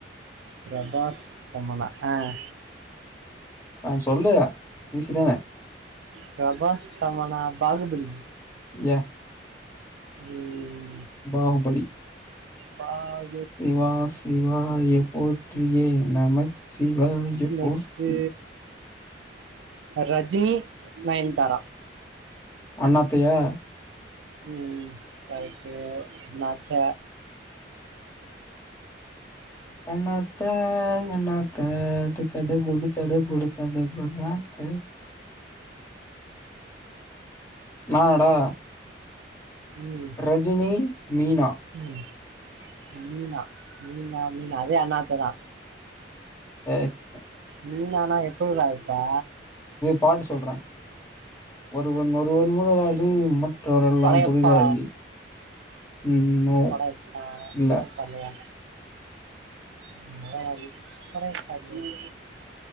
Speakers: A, on the right; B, on the left.
A: ப்ரபாஸ் தமன்னா ஆ
B: ஆ சொல்லு ஈசிதானே
A: ப்ரபாஸ் தமன்னா பாகுபலி
B: யா
A: உம்
B: பாகுபலி
A: பா
B: சிவா சிவாய போற்றியே நமச்சிவாய போற்றி
A: நெக்ஸ்ட்டு ரஜினி நயன்தாரா
B: அண்ணாத்தையா
A: உம் கரெக்ட் டு Annaatthe
B: Annaatthe அண்ணாத் the to சடு புடு சடு புடு சடு புடு அண்ணாத்த நாடா
A: ம்
B: ரஜினி மீனா
A: ம் மீனா மீனா மீனா அதே அண்ணாத்ததா
B: அ அ
A: மீனானா எப்புர்ரா இர்ப்பா
B: பாட் சொல்ற ஒருவன் ஒருவன் முதலாளி மற்றவரெல்லா
A: படையப்பா
B: தொழிலாளி ம் நோ
A: படையப்பா
B: இல்ல
A: படையப்பா இல்லையா அதான்டா இது படையப்பா இல்லயா